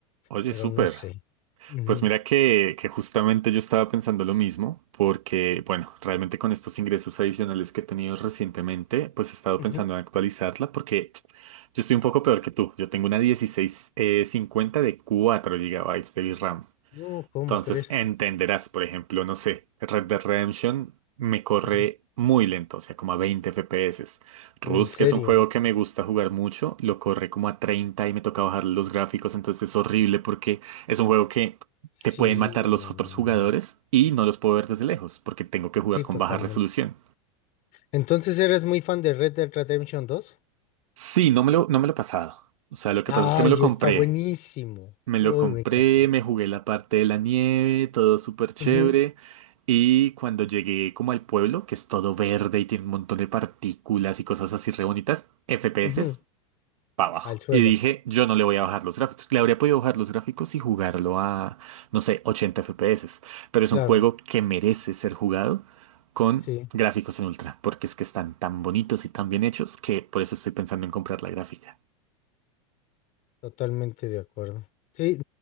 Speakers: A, on the right; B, on the left.
A: Oye,
B: pero
A: súper.
B: no sé. Ujú,
A: Pues mira que, que justamente yo estaba pensando lo mismo, porque, bueno, realmente con estos ingresos adicionales que he tenido recientemente, pues he estado
B: ujú.
A: pensando en actualizarla, porque <tsk> yo estoy un poco peor que tú. Yo tengo una dieciséis eh, cincuenta de 4 gigabytes de RAM.
B: No, ¿cómo
A: Entonces
B: crees?
A: entenderás, por ejemplo, no sé, Red Dead Redemption me corre
B: Ujú.
A: muy lento, o sea, como a 20 FPS. Rust,
B: ¿En serio?
A: que es un juego que me gusta jugar mucho, lo corre como a 30 y me toca bajar los gráficos, entonces es horrible porque es un juego que
B: Sí,
A: te pueden matar los
B: mano.
A: otros jugadores y no los puedo ver desde lejos porque tengo que jugar
B: Sí,
A: con
B: totalmente.
A: baja resolución.
B: Entonces, ¿eres muy fan de Red Dead Redemption dos.
A: Sí, no me lo, no me lo he pasado. O sea, lo que
B: Ay,
A: pasa es que me lo compré.
B: está buenísimo.
A: Me
B: Uy,
A: lo compré,
B: me encantó.
A: me jugué la parte de la nieve, todo súper chévere.
B: Ujú,
A: Y cuando llegué como al pueblo, que es todo verde y tiene un montón de partículas y cosas así re bonitas, FPS
B: ujú,
A: para abajo.
B: Al suelo,
A: Y dije, yo no le voy a bajar los gráficos. Le habría podido bajar los gráficos y jugarlo a, no sé, 80 FPS. Pero es
B: claro.
A: un juego que merece ser jugado con
B: Sí,
A: gráficos en ultra, porque es que están tan bonitos y tan bien hechos que por eso estoy pensando en comprar la gráfica.
B: totalmente de acuerdo. Sí,